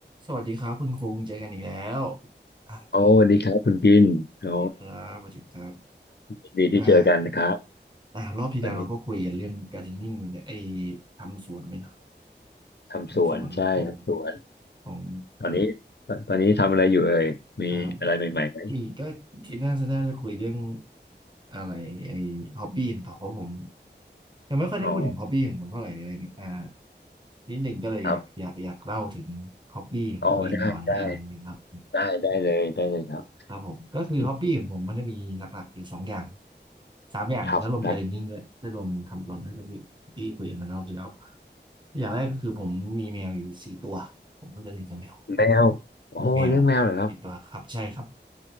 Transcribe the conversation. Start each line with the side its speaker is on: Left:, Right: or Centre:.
Right: สวัสดีครับคุณคุงเจอกันอีกแล้วอ่ะ
Left: โอ้สวัสดีครับคุณกินโอ้
Right: สวัสดีครับสวัสดีครับ
Left: ยินดีที่เจอกันนะครับ
Right: อ่าอ่ารอบที่แล้วเราก็คุยกันเรื่องการทเดนนิ่งไปเนี่ยไอ้
Left: วันนี้
Right: ทำสวนไปเนาะ
Left: ทำสวนใช่ทำสวน
Right: ทำสวนของของ
Left: ตอนนี้ตอนตอนนี้ทำอะไรอยู่เอ่ยมีอะไรใหม่ๆไหม
Right: อ่ามีก็คิดน่าจะน่าจะคุยเรื่องอะไรไอ้ฮ็อบบี้ต่อเพราะผมยังไม่ค่อยได้พูดถึงฮ็อบบี้ของผมเท่าไหร่อะไรเงี้ยอ่า
Left: อ๋อ
Right: นิดหนึ่งก็เลยอยากอยากอยากเล่าถึงฮ็อบบี้ของตัวเองหน่อยอะไรอย่างเงี้ยครับ
Left: ครับอ๋อได้ได้ได้ได้เลยได้เลยครับ
Right: ครับผมก็คือฮ็อบบี้ของผมมันจะมีหลักๆอยู่สองอย่าง
Left: อันนี้
Right: สามอย่างเลยถ้ารวมการ์เดนนิ่งด้วยถ้ารวมทำสวนด้วยก็คือที่คุยกันมารอบที่แล้ว
Left: ครับได้
Right: อย่างแรกก็คือผมมีแมวอยู่สี่ตัวผมก็จะเลี้ยงกับแมว
Left: แมวโอ้เลี้ยงแมวเหรอครับ
Right: แมวสี่ตัวครับใช่ครับ